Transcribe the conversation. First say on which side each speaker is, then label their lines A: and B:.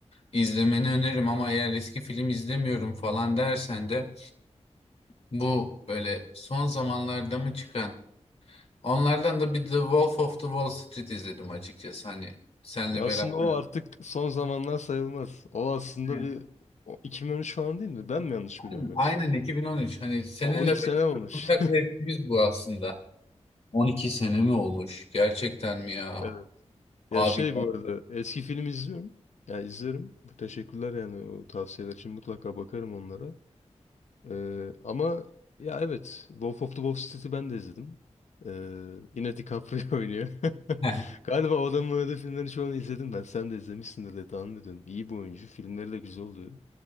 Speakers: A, on the left (about 60°); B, on the left (about 75°).
A: İzlemeni öneririm ama eğer eski film izlemiyorum falan dersen de bu böyle son zamanlarda mı çıkan onlardan da bir The Wolf of the Wall Street izledim açıkçası hani senle
B: Ya
A: beraber.
B: aslında o
A: Evet.
B: artık son zamanlar sayılmaz. O aslında
A: Evet.
B: bir o 2013 falan değil mi? Ben mi yanlış biliyorum
A: Aynen,
B: yoksa?
A: aynen 2013 hani
B: <laughs>
A: seninle
B: 12
A: beraber
B: sene olmuş.
A: ortak zevkimiz bu aslında. 12 sene mi olmuş? Gerçekten mi ya?
B: <laughs>
A: Abi.
B: Ya şey bu arada eski film izliyorum. Ya izlerim. Bu Teşekkürler yani o tavsiyeler için mutlaka bakarım onlara. Ee, ama ya evet Wolf of the Wall Street'i ben de izledim. Ee, yine DiCaprio <laughs> oynuyor. <laughs>
A: <laughs>
B: Galiba o adamın oynadığı filmleri çoğunu izledim ben. Sen de izlemişsindir diye tahmin ediyorum. İyi bir oyuncu. Filmleri de güzel oluyor.